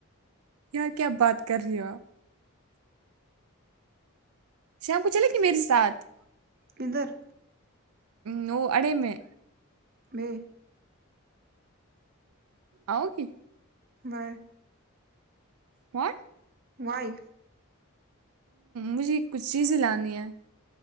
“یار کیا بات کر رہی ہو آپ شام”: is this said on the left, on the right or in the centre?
Right